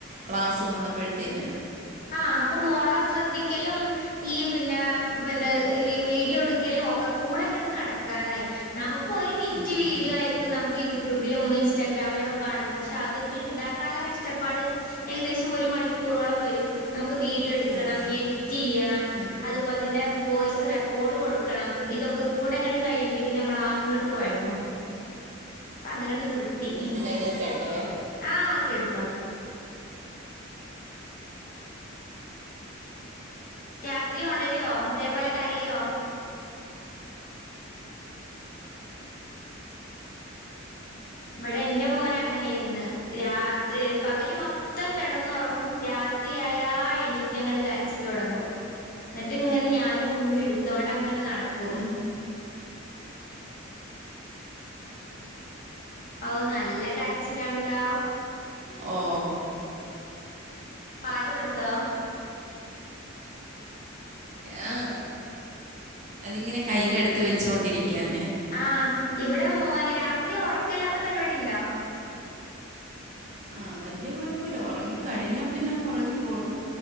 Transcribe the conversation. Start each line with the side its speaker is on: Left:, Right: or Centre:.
Right: ക്ലാസ് വന്നപ്പഴ്ത്തേന്
Left: ആഹ് അപ്പൊ മോള ശ്രദ്ധിക്കലും ഈ പിന്നെ പിന്നെ ഈ വീഡിയോ എടുക്കലും ഒക്കെ കൂടെ ഇങ്ങോട്ട് നടക്കാനായി നമുക്കൊരു മിനിറ്റ്
Right: ഉം,
Left: വീഡിയോ
Right: ഉം.
Left: ആയിരിക്കും നമുക്ക് യൂട്യൂബിലും ഇൻസ്റ്റാഗ്രാമിലും ഒക്കെ കാണുമ്പോ പക്ഷെ അതിനെ ഉണ്ടാക്കാനുള്ള കഷ്ടപ്പാട് ഏകദേശം ഒരു മണിക്കൂറോളം വരും നമുക്ക് വീഡിയോ എടുക്കണം
Right: ഉം.
Left: എഡിറ്റ് ചെയ്യണം
Right: ഉം.
Left: അതുപോലെ തന്നെ വോയ്സ് റെക്കോർഡ് കൊടുക്കണം ഇതൊക്കെ കൂടെ ഇങ്ങോട്ട് കഴിയുമ്പോഴക്കും നമ്മൾ ആകെ ഇങ്ങോട്ട് കുഴങ്ങും അങ്ങനങ്ങ് നിർത്തി
Right: എടുക്കട്ടുവെ
Left: ആഹ് ഓക്കെ എടുത്തോ രാത്രി ഒണരുവൊ ഇതേപോലെ കരയോ ഇവിടെ എന്റെ മോനങ്ങനേയിരിന്ന് രാത്രി പകല് മൊത്തം കെടന്നൊറങ്ങും രാത്രിയായാ എണീറ്റ് അങ്ങട്ട് കരച്ചില് തൊടങ്ങും എന്നിട്ട് ഇങ്ങനെ ഞാനും ഉമ്മെം എടുത്തോണ്ട് അങ്ങനെ നടക്കും ഓ നല്ല കരച്ചിലാണല്ലോ
Right: ഓ
Left: പാല് കൊടുത്തോ
Right: ആ അതിങ്ങനെ കയിൽ എടുത്ത് വെച്ചുകൊണ്ടിരി ക്കാന
Left: ആഹ് ഇവിടെ മോന് രാത്രി ഒറക്കല്ലാത്ത പരിപാടി ഇണ്ടോ
Right: ആ വലിയ കൊഴപ്പുല്ല ഉറങ്ങികഴിഞ്ഞാ പിന്നങ്ങ് ഉറങ്ങിക്കോളും